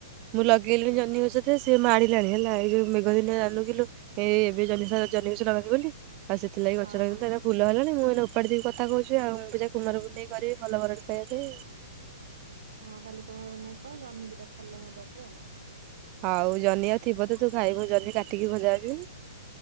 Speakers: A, on the right; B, on the right.
A: ମୁଁ ଲଗେଇଲିଣି
B: କୁହ
A: ଜହ୍ନି ଗଛ ଯେ ସେ ମାଡିଲାଣି ହେଲା ଏଇ ଯୋଉ ମେଘ ଦିନ ଜାଣିନୁ କିଲୋ ଏ ଏବେ ଜହ୍ନି-ଜହ୍ନି ଗଛ ଲଗାନ୍ତି ବୋଲି ଆଉ ସେଥିଲାଗି
B: ହଁ
A: ଗଛ ଲଗେଇ ସେରା ଫୁଲ ହେଲାଣି ମୁଁ ଉପାଡିି ଦେବି କଥା କହୁଚୁ ଆଉ ମୁଁ କୁମାର ପୁନେଇଁ କରିବି ଭଲ ବର ପାଇବି।
B: ହଁ ଖାଲି କୁମାରପୂର୍ଣ୍ଣିମା କଅ ଜହ୍ନି ଦିଟା ଫଳିଲେ ମୋତେ ଦବୁ ଆ
A: ଆଉ ଜହ୍ନିଆଉ ଥିବ ତ ତୁ ଖାଇବୁ ମୁଁ ଜହ୍ନି କାଟିକି ଭଜାବି